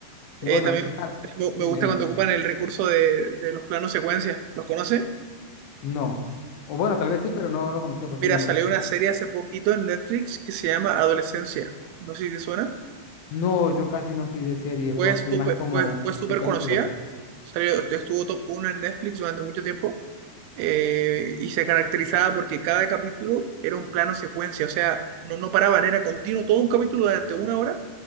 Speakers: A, on the right; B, on the left.
A: Eh,
B: Y bueno,
A: también
B: tal,
A: me, me
B: dime,
A: gusta
B: dime.
A: cuando ocupan el recurso de, de los planos secuencia. ¿Los conoce?
B: No. O bueno, tal vez sí, pero no lo conocía por ese
A: Mira,
B: nombre.
A: salió una serie hace poquito en Netflix que se llama Adolescencia. No sé si te suena.
B: No, yo casi no soy de serie, bro.
A: Fue súper
B: Soy más como
A: fue, fue súper
B: de películas.
A: conocida. Salió, estuvo top 1 en Netflix durante mucho tiempo. eh, y se caracterizaba porque cada capítulo era un plano secuencia. O sea, no, no paraban, era continuo. Todo un capítulo durante una hora